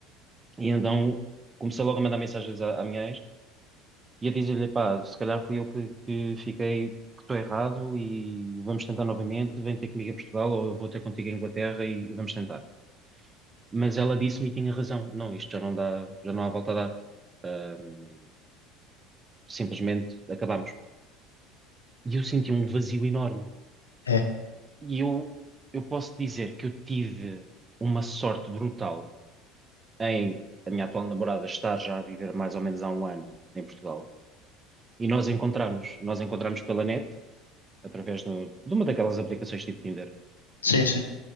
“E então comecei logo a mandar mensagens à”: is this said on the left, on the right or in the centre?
Right